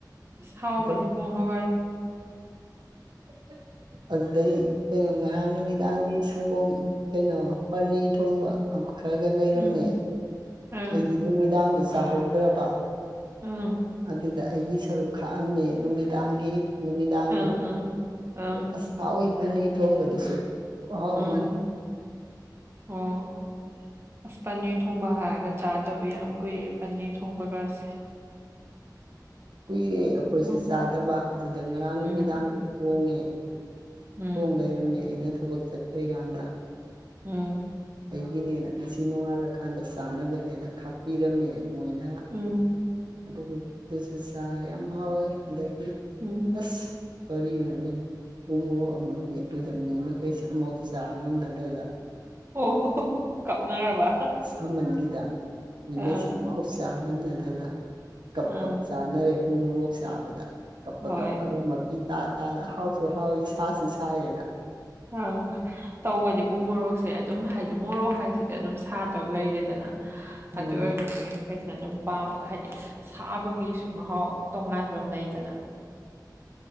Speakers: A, on the right (about 35°); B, on the right (about 85°).
A: ꯍꯥꯎꯕꯅꯤ
B: ꯑꯗꯩ
A: ꯄꯣꯡ ꯍꯋꯥꯏ꯫
B: <inaudible> ꯑꯗꯨꯗꯩ ꯀꯩꯅꯣ ꯉꯔꯥꯡ ꯅꯨꯃꯤꯗꯥꯡꯒꯤ ꯁ ꯁꯪꯒꯣꯝ ꯀꯩꯅꯣ ꯄꯥꯅꯤꯔ ꯊꯣꯡꯕ ꯈꯔꯒ ꯂꯩꯔꯝꯃꯦ
A: ꯎꯝ ꯑꯪ
B: ꯑꯩꯗꯤ ꯅꯨꯃꯤꯗꯥꯡꯗꯨ ꯆꯥꯍꯧꯗ꯭ꯔꯕ꯫
A: ꯎꯝ
B: ꯑꯗꯨꯗ ꯑꯩꯒꯤ ꯁꯔꯨꯛ ꯈꯥꯛꯑꯝꯃꯦ ꯅꯨꯃꯤꯗꯥꯡꯒꯤ ꯅꯨꯃꯤꯗꯥꯡꯗꯣ
A: ꯑꯪ ꯑꯪ ꯑꯪ
B: ꯑꯁ ꯍꯥꯎꯋꯤ ꯄꯥꯅꯤꯔ ꯊꯣꯡꯕꯗꯨꯁꯨ ꯈꯨꯍꯥꯎ
A: ꯎꯝ
B: ꯑꯃꯅꯤ
A: ꯑꯣ ꯑꯁ ꯄꯥꯥꯅꯤꯔ ꯊꯣꯡꯕ ꯍꯥꯏꯔꯒ ꯆꯥꯗꯕ ꯌꯥꯝ ꯀꯨꯏꯔꯦ ꯄꯥꯅꯤꯔ ꯊꯣꯡꯕꯒꯥꯁꯦ
B: ꯀꯨꯏꯔꯦ ꯑꯩꯈꯣꯏꯁꯨ
A: ꯎꯝ
B: ꯆꯥꯗꯕ ꯑꯗꯨꯗ ꯉꯔꯥꯡ
A: ꯎꯝ
B: ꯅꯨꯃꯤꯗꯥꯡꯗ ꯊꯣꯡꯉꯦ ꯑꯗꯨ
A: ꯎꯝ
B: ꯊꯣꯡ ꯂꯩꯔꯝꯃꯦ ꯑꯩꯅ ꯊꯕꯛ ꯆꯠꯈ꯭ꯔꯤ ꯀꯥꯟꯗ
A: ꯎꯝ
B: ꯑꯩꯒꯤꯅꯦꯅ ꯉꯁꯤ ꯅꯣꯡꯉꯥꯜꯂꯀꯥꯟꯗ ꯆꯥꯅꯕꯅꯦꯅ ꯈꯥꯛꯄꯤꯔꯝꯃꯦ ꯃꯣꯏꯅ
A: ꯎꯝ
B: ꯑꯗꯨꯕꯨ ꯑꯗꯨꯁꯨ ꯆꯥꯔꯦ ꯌꯥꯝ ꯍꯥꯎꯋꯦ ꯑꯗꯒꯤ
A: ꯎꯝ
B: ꯑꯁ ꯀꯔꯤꯅꯣꯅꯦ ꯎꯃꯣꯔꯣꯛ ꯑꯃ ꯃꯦꯠꯂꯨꯗꯅ ꯃꯤ ꯃꯈꯩꯁꯦ ꯆꯥ ꯉꯝꯅꯗꯗꯅ
A: ꯑꯣ ꯀꯞꯅꯔꯕ
B: ꯁꯥꯃꯟꯈꯤꯗ ꯃꯤꯃꯩꯁꯤ
A: ꯑꯪ
B: ꯑꯝꯐꯧ ꯆꯥ ꯉꯝꯅꯗꯗ ꯀꯞ
A: ꯑꯪ
B: ꯀꯞ ꯆꯥꯅꯔꯦ ꯎ ꯃꯣꯔꯣꯛ ꯆꯥꯕꯗ ꯀꯞꯄ
A: ꯍꯣꯏ
B: ꯀꯞꯄꯒ ꯃꯄꯤ ꯇꯥ ꯇꯥꯗ ꯍꯥꯎꯁꯨ ꯍꯥꯎꯏ ꯁꯥꯁꯨ ꯁꯥꯏꯌꯦꯗ
A: ꯑꯥ ꯇꯧꯕꯅꯤ ꯎ ꯃꯣꯔꯣꯛꯁꯦ ꯑꯗꯨꯝ ꯍꯥꯏꯗꯤ ꯃꯣꯔꯣꯛ ꯍꯥꯏꯁꯤꯗꯤ ꯑꯗꯨꯝ ꯁꯥꯗꯧ ꯂꯩꯔꯦꯗꯅ
B: ꯎꯝ
A: ꯑꯗꯨ ꯑꯣꯏꯔꯒ ꯁꯨ ꯀꯩꯁꯤꯅ ꯑꯗꯨꯝ ꯄꯥꯝꯃꯒ ꯍꯥꯏꯗꯤ ꯁꯥꯕꯒꯤꯁꯨ ꯃꯍꯥꯎ ꯇꯣꯉꯥꯟꯕ ꯑꯃ ꯂꯩꯗꯅ